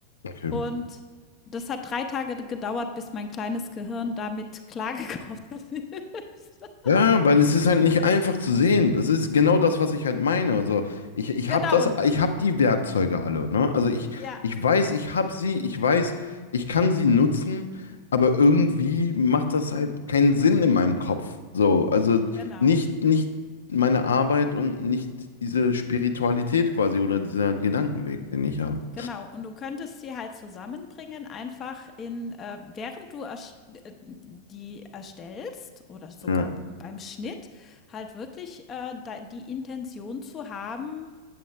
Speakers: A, on the left; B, on the left.
A: okay.
B: Und das hat 3 Tage gedauert, bis mein kleines Gehirn damit klargekommen ist. <laughs>
A: Ja, weil es ist halt nicht einfach zu sehen. Das ist genau das, was ich halt meine. Also ich, ich
B: Genau
A: habe das,
B: und
A: ich habe die Werkzeuge alle, ne? Also ich,
B: ja,
A: ich weiß, ich habe sie, ich weiß, ich kann sie nutzen, aber irgendwie macht das halt keinen Sinn in meinem Kopf. So, also
B: genau,
A: nicht, nicht meine Arbeit und nicht diese Spiritualität quasi oder dieser Gedankenweg, den ich habe.
B: genau. Und du könntest sie halt zusammenbringen, einfach in äh, während du erst äh, die erstellst oder sogar
A: Ja.
B: beim Schnitt halt wirklich, äh, da die Intention zu haben,